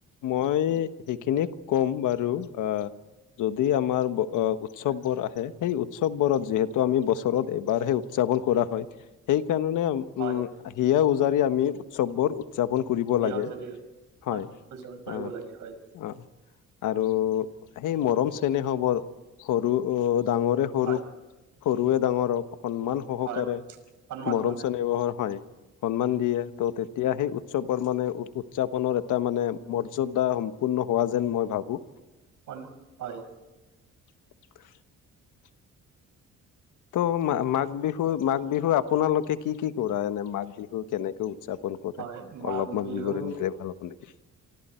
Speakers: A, on the left (about 85°); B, on the right (about 80°).
A: মই সেইখিনিয়ে ক'ম বাৰু আহ, যদি আমাৰ উৎসৱ
B: হয়,
A: বোৰ আহে, সেই উৎসৱ বোৰত যিহেতু আমি বছৰত এবাৰহে উদযাপন কৰা হয় সেই কাৰণে আমি,
B: হয়।
A: হিয়া উজাৰি আমি উৎচৱবোৰ উদযাপন কৰিব
B: সেয়াও
A: লাগে
B: যদি
A: হয়
B: উদযাপন কৰিব
A: অ,
B: লাগে হয়
A: অ, আৰু সেই মৰম চেনেহ বোৰ সৰু ডাঙৰে সৰু-সৰুৱে
B: হয়
A: ডাঙৰক সন্মান সহকাৰে
B: হয় সন্মান
A: মৰম
B: জনাই
A: চেনেহ বহৰ হয় সন্মান দিয়ে ত' তেতিয়া সেই উৎচৱৰ মানে উৎযাপনৰ এটা মানে মৰ্যদা সম্পূৰ্ণ হোৱা যেন মই ভাবো।
B: <unintelligible> হয়।
A: <unintelligible> ত' মা মাঘ বিহু -মাঘ বিহুত আপোনালোকে কি-কি কৰা এনে মাঘ বিহু কেনেকে উদযাপন কৰে
B: হয় মাঘ
A: অলপমান
B: বিহু
A: বিবৰনী দিলে ভাল হ'ব নেকি?